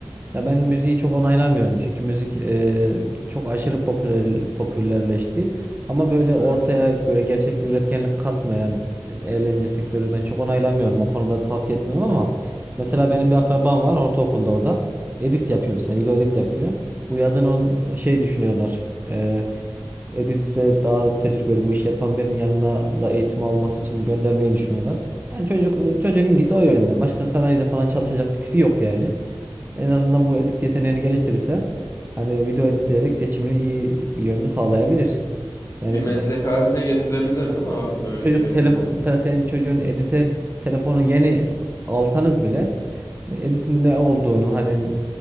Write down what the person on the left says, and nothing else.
Evet.
Bir meslek
haline getirebilir
değil mi abi böyle
şeyleri?